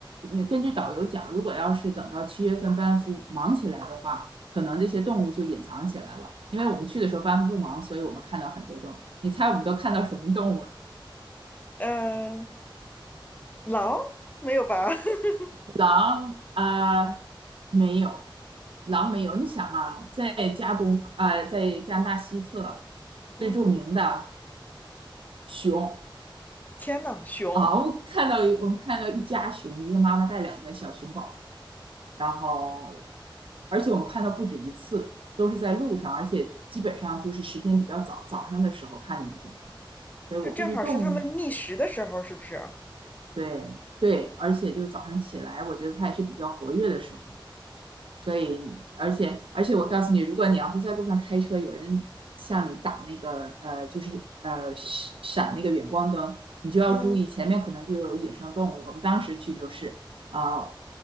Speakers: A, on the right; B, on the left.
A: 呃根据导游讲，如果要是等到七月份班夫忙起来的话，可能这些动物就隐藏起来了，因为我们去的时候班夫不忙，所以我们看到很多动物。你猜我们都看到什么动物了？
B: 呃，狼没有吧？<laughs>
A: 狼啊、呃没有，狼没有。你想啊，在加东啊、呃在加拿大西侧
B: 嗯，
A: 最著名的熊
B: 天呐，熊，
A: 啊，我们看到我们看到一家熊，一个妈妈带两个小熊宝，然后而且我们看到不止一次，都是在路上，而且基本上就是时间比较早，早上的时候看见比较多。所以我估计动物，
B: 就正好是它们觅食的时候，是不是？
A: 对对，而且就早上起来，我觉得它也是比较活跃的时候。所以，而且而且我告诉你，如果你要是在路上开车，有人向你打那个呃，就是呃闪闪那个远光灯，你就要注意前面可能就有野生动物。
B: 嗯，
A: 我们当时去就是啊、